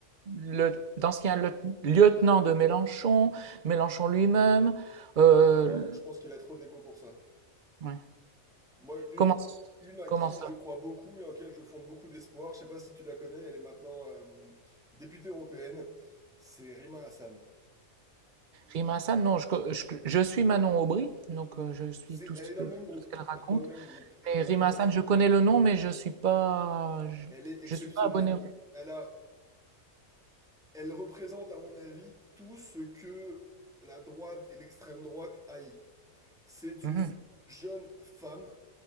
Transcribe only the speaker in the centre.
non, je pense qu'il a trop d'ego pour ça.
Moi, une,
une à
qui
je crois beaucoup et en laquelle je fonde beaucoup d'espoir, je sais pas si tu la connais, elle est maintenant euh, députée européenne, c'est Rima Hassan.
C'est,
elle
est
dans le même groupe.
Elle est dans le même groupe. Euh,
Elle est exceptionnelle.
Elle a, elle représente, à mon avis, tout ce que la droite et l'extrême droite haït. C'est
une jeune femme